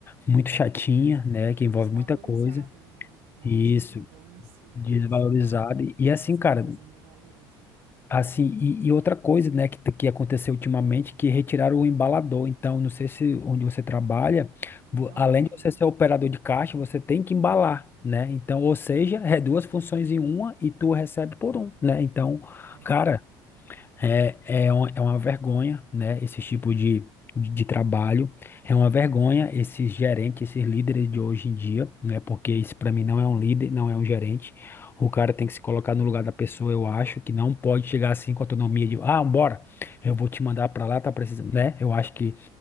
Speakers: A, on the left; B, on the right.
A: muito chatinha, né? Que
B: E
A: envolve
B: desvalorizada,
A: muita coisa.
B: né? Eu
A: Isso,
B: acho que o problema em si
A: desvalorizado.
B: é esse, é que
A: E, e assim,
B: as
A: cara.
B: empresas não valorizam.
A: Assim, e, e outra coisa, né, que, que aconteceu ultimamente, que retiraram o embalador. Então, não sei se onde você trabalha, vo-
B: Não
A: além
B: tem,
A: de você ser operador de caixa, você tem que embalar, né? Então, ou seja, é duas funções em uma e tu recebe por um, né? Então,
B: é.
A: cara, é, é, uma, é uma vergonha, né? Esse tipo de, de, de trabalho. É uma vergonha esses gerentes, esses líderes de hoje em dia, né? Porque isso para mim não é um líder, não é um gerente. O cara tem que se colocar no lugar da pessoa, eu acho, que não pode chegar assim com autonomia de, ah, bora, eu vou te mandar para lá, tá precisando, né? Eu acho que